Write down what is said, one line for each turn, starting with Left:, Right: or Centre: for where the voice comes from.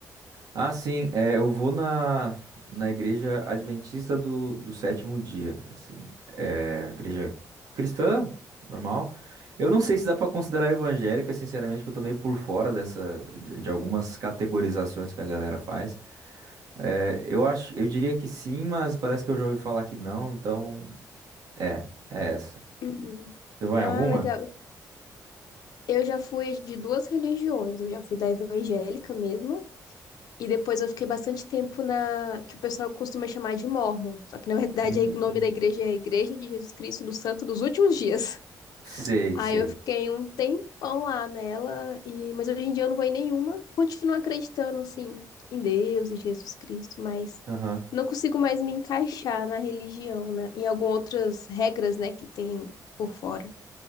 Right: Ah, sim, é, eu vou na, na igreja adventista do, do sétimo dia, assim, é, igreja cristã, normal. Eu não sei se dá pra considerar evangélica, sinceramente, que eu tô meio por fora dessa, de, de algumas categorizações que a galera faz. É, eu acho, eu diria que sim, mas parece que eu já ouvi falar que não, então, é, é essa.
Left: Uhum.
Right: Você vai
Left: Ah,
Right: em alguma?
Left: legal. Eu já fui de duas religiões. Eu já fui da evangélica mesmo. E depois eu fiquei bastante tempo na que o pessoal costuma chamar de mórmon. Só que na verdade
Right: Hum,
Left: <laughs> o nome da igreja é Igreja de Jesus Cristo dos Santos dos Últimos Dias.
Right: sei,
Left: Aí
Right: sei.
Left: eu fiquei um tempão lá nela, e mas hoje em dia eu não vou em nenhuma. Continuo acreditando, assim, em Deus, em Jesus Cristo, mas
Right: Aham.
Left: não consigo mais me encaixar na religião, né? Em algumas outras regras, né, que tem por fora.